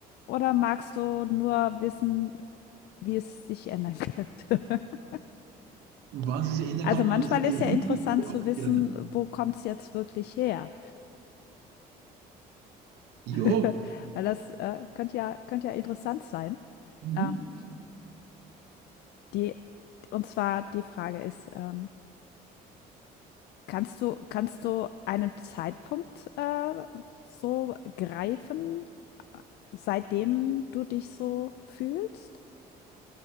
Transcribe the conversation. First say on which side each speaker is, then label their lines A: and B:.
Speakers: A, on the left; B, on the right.
A: oder magst du nur wissen, wie es sich ändern könnte? <laughs>
B: Wann sie sich ändern
A: Also
B: kann, oder
A: manchmal
B: dass ich nicht
A: ist ja
B: hingucke,
A: interessant
B: auch
A: zu wissen,
B: gerne.
A: wo kommt es jetzt wirklich her? <laughs>
B: Ja,
A: Weil das äh, könnte ja, könnte ja interessant sein.
B: mhm.
A: Ähm, Die und zwar die Frage ist, ähm, kannst du kannst du einen Zeitpunkt, äh, so greifen, äh, seitdem du dich so fühlst?